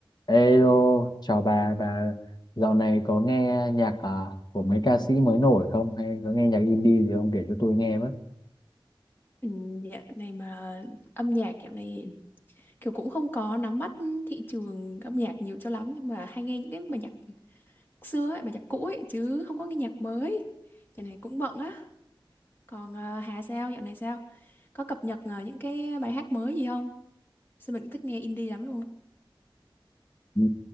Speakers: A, on the left; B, on the left.
A: Ê chào bà, bà dạo này có nghe nhạc à, của mấy ca sĩ mới nổi không? Hay có nghe nhạc indie gì không? Để cho tôi nghe với.
B: Ừ, Dạo này mà âm nhạc dạo này kiểu cũng không có nắm bắt thị trường âm nhạc nhiều cho lắm nhưng mà hay nghe những cái bài nhạc xưa ấy, bài nhạc cũ ấy chứ không có nghe nhạc mới. Dạo này cũng bận á. Còn ờ, Hà sao dạo này sao? Có cập nhật ờ, những cái bài hát mới gì không? Sao mình cũng thích nghe indie lắm luôn.
A: Ừ,